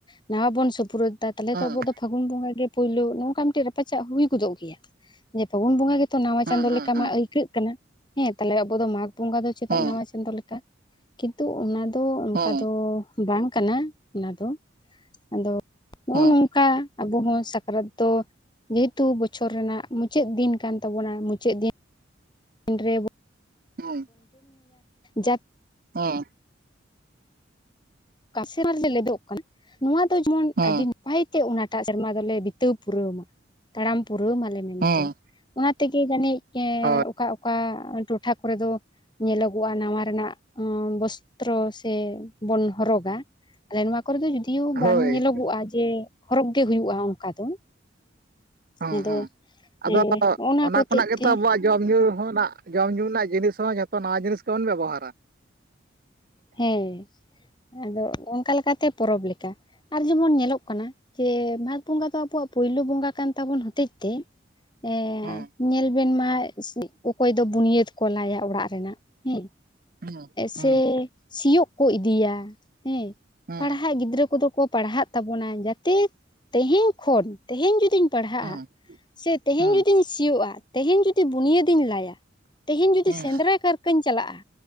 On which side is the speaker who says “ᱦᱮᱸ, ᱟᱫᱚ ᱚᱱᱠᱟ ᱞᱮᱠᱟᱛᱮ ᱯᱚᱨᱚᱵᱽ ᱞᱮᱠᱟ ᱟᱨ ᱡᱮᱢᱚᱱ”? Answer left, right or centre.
Left